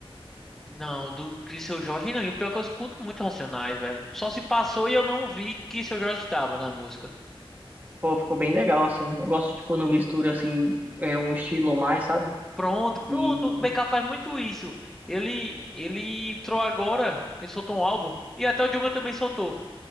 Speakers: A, in the centre; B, on the right.
A: Não, do que seu Jorge não. E o pior é que eu escuto muito Racionais, velho. Só se passou e eu não vi que seu Jorge estava na música.
B: Pô, ficou bem legal assim. Eu gosto de quando mistura assim é um estilo mais, sabe?
A: Pronto, pronto.
B: E
A: O BK faz muito isso. Ele, ele entrou agora. Ele soltou um álbum. E até o Djonga também soltou.